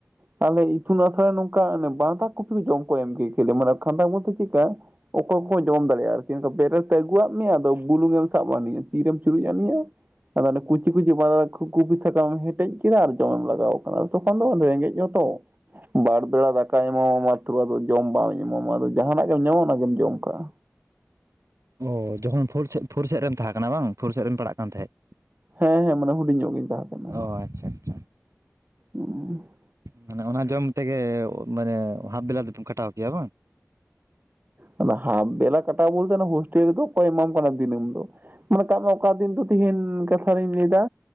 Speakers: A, on the right (about 35°); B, on the right (about 75°).
A: ᱟᱞᱮ ᱤᱛᱩᱱ ᱟᱥᱲᱟ ᱱᱚᱝᱠᱟ ᱚᱱᱮ ᱵᱟᱸᱫᱷᱟ ᱠᱩᱯᱤ ᱠᱚ ᱡᱚᱢ ᱠᱚ ᱮᱢ ᱠᱮ ᱠᱮᱞᱮ ᱢᱟᱱᱮ ᱠᱷᱟᱸᱫᱟ ᱵᱚᱞᱛᱮ ᱪᱤᱜᱠᱟ ᱚᱠᱚᱭ ᱠᱚ ᱡᱚᱢ ᱫᱟᱲᱮᱭᱟᱜᱼᱟ ᱟᱨᱠᱤ ᱱᱤᱛᱚ ᱵᱮᱨᱮᱞ ᱛᱮ ᱟᱹᱜᱩᱣᱟᱜ ᱢᱮᱭᱟ ᱟᱫᱚ ᱵᱩᱞᱩᱝᱮᱢ ᱥᱟᱵ ᱟᱱᱤ-ᱟ ᱛᱤᱨᱮᱢ ᱪᱩᱨᱩᱡ ᱟᱱᱤᱜᱟ ᱟᱫᱚ ᱚᱱᱮ ᱠᱩᱪᱤ ᱠᱩᱪᱤ ᱵᱟᱫᱟ ᱠᱩᱯᱤ ᱥᱟᱠᱟᱢ ᱦᱮᱴᱮᱡ ᱠᱮᱫᱟ ᱟᱨ ᱡᱚᱢ ᱞᱟᱜᱟᱣ ᱠᱟᱱᱟ᱾ ᱛᱚᱠᱷᱚᱱ ᱫᱚ ᱨᱮᱸᱜᱮᱡ ᱦᱚᱸ ᱛᱚ ᱵᱟᱨ ᱵᱮᱲᱟ ᱫᱟᱠᱟ ᱧᱟᱢᱚᱜ-ᱟ ᱢᱟᱸᱛᱨᱚ ᱟᱫᱚ ᱡᱚᱢ ᱵᱟᱢ ᱮᱢᱟᱢᱟ ᱟᱫᱚ ᱡᱟᱦᱟᱱᱟᱜ ᱜᱮᱢ ᱧᱟᱢᱟ ᱚᱱᱟᱜᱮᱢ ᱡᱚᱢ ᱠᱟᱜᱼᱟ᱾
B: ᱚ ᱡᱚᱠᱷᱚᱱ ᱯᱷᱩᱨ ᱥᱮᱜ ᱯᱷᱩᱨ ᱥᱮᱜ ᱨᱮᱢ ᱛᱟᱦᱮᱸ ᱠᱟᱱᱟ ᱵᱟᱝ ᱯᱷᱳᱨ ᱥᱮᱜ ᱨᱮᱢ ᱯᱟᱲᱟᱜ ᱠᱟᱱ ᱛᱮᱦᱮᱸᱜ᱾
A: ᱦᱮᱸ ᱦᱮᱸ ᱢᱟᱱᱮ ᱦᱩᱰᱤᱧ ᱧᱚᱜ ᱜᱤᱧ ᱛᱟᱦᱮᱸ ᱠᱟᱱᱟ᱾
B: ᱚ ᱟᱪᱪᱷᱟ ᱟᱪᱪᱷᱟ
A: <unintelligible>
B: ᱢᱟᱱᱮ ᱚᱱᱟ ᱡᱚᱢ ᱛᱮᱜᱮ ᱢᱟᱱᱮ ᱦᱟᱯ ᱵᱮᱞᱟ ᱫᱚᱯᱮ ᱠᱷᱴᱟᱣ ᱠᱮᱭᱟ ᱵᱟᱝ?
A: ᱟᱫᱚ ᱦᱟᱵ ᱵᱮᱞᱟ ᱠᱟᱴᱟᱣ ᱵᱚᱞᱛᱮ ᱚᱱᱟ ᱦᱳᱥᱴᱮᱞ ᱨᱮᱫᱚ ᱚᱠᱚᱭ ᱮᱢᱟᱢ ᱠᱟᱱᱟ ᱫᱤᱱᱟᱹᱢ ᱫᱚ᱾ ᱢᱚᱱᱮ ᱠᱟᱜ ᱢᱮ ᱚᱠᱟ ᱫᱤᱱ ᱫᱚ ᱛᱤᱦᱤᱧ ᱠᱟᱛᱷᱟ ᱨᱤᱧ ᱞᱟᱹᱭᱫᱟ